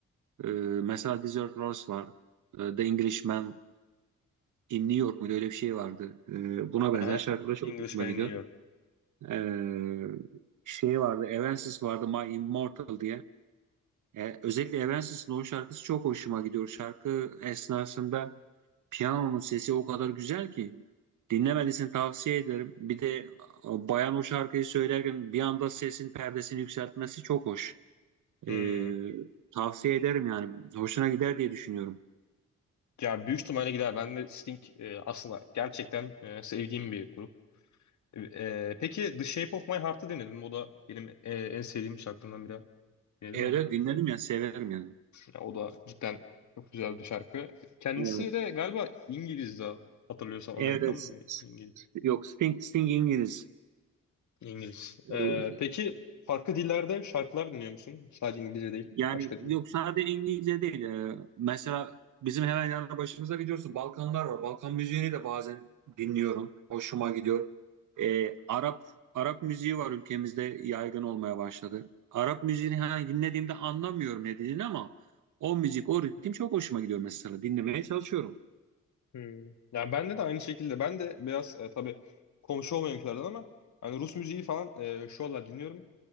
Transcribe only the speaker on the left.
Aha,
Englishman'ı
dinliyorum.
Hmm.
Yani büyük ihtimalle gider. Ben de Sting e, aslında gerçekten e, sevdiğim bir grup. E, e, peki The Shape of My Heart'ı dinledim. O da benim e, en sevdiğim şarkılarımdan biri. Dinledim
mi onu?
Ya o da cidden çok güzel bir şarkı. Kendisi
de galiba İngiliz daha. Hatırlıyorsam
Amerikan mı? İngiliz.
İngiliz.
Ee, peki farklı dillerde şarkılar dinliyor musun? Sadece İngilizce değil.
Başka dil.
Hmm. Yani bende de aynı şekilde. Ben de biraz e, tabii komşu olmayankilerden ama hani Rus müziği falan e, şu aralar dinliyorum.